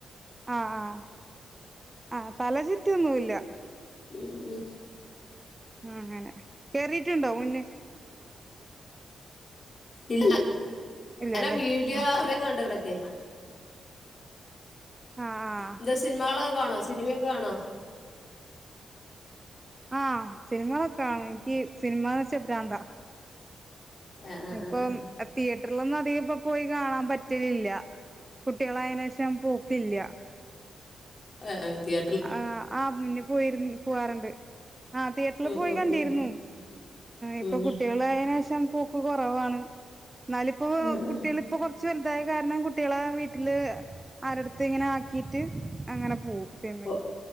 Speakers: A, on the right (about 25°); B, on the left (about 45°).
A: ആഹ് ആഹ് ആഹ് തല ചുറ്റൊന്നുംല്ല
B: ഉം ഉം
A: ഉം അങ്ങനെ കേറിട്ടുണ്ടോ മുന്നേ
B: ഇല്ല
A: ഇല്ലല്ലേ
B: ഇങ്ങനെ വീഡിയോക്കെ
A: ആഹ്
B: കണ്ടെടക്കെ
A: ആഹ് ആഹ്
B: എന്താ സിനിമകളക്കെ കാണോ സിനിമയൊക്കെ കാണോ
A: ആഹ് സിനിമകളൊക്കെണ കാണും എനിക്ക് സിനിമന്ന് വെച്ചാ ഭ്രാന്താ
B: ആ ആ
A: അപ്പം
B: ആ ആ.
A: ആഹ് തിയേറ്ററിലൊന്നും അധികം ഇപ്പ പോയി കാണാൻ പറ്റലില്ല കുട്ടികളായ നേശം പോക്കില്ല
B: ആഹ് തിയ
A: ആഹ് ആഹ് മുന്നേ പോയിരുന്നു പോവാറുണ്ട് ആഹ് തിയേറ്ററിൽ
B: ഉം
A: പോയി
B: ഉം
A: കണ്ടിരുന്നു ഇപ്പൊ
B: ഉം ഉം
A: കുട്ടികളായേനേഷം പോ ക്ക് കൊറവാണ് എന്നാലിപ്പോ
B: ആ
A: കുട്ടികള് ഇപ്പൊ കൊറച്ച് വലുതായ കാരണം കുട്ടികളെ വീട്ടില് ആരെടുത്തും ഇങ്ങനെ ആക്കിട്ട് അങ്ങനെ പോവും സിനിമക്ക്
B: ആ പോ